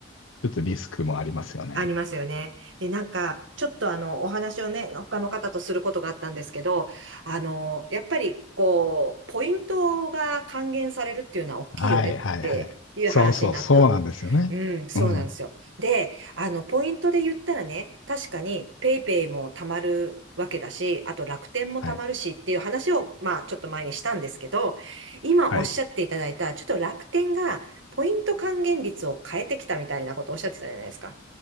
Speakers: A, on the left; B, on the right.
A: ちょっとリスクもありますよね。
B: ありますよね。で、なんか、ちょっとあの、お話をね、他の方とすることがあったんですけど、あの、やっぱり、こう、ポイントが還元されるっていうのは大きいよねっていう話になった。
A: はいはいはい。そうそう、そうなんですよね。
B: うん、そうなんですよ。
A: うん。
B: で、あの、ポイントで言ったらね、確かにペイペイも貯まるわけだし、あと楽天も貯まるしっていう話を、
A: はい。
B: まあ、ちょっと前にしたんですけど、今おっしゃっていただいた、
A: はい。
B: ちょっと楽天がポイント還元率を変えてきたみたいなことをおっしゃってたじゃないですか。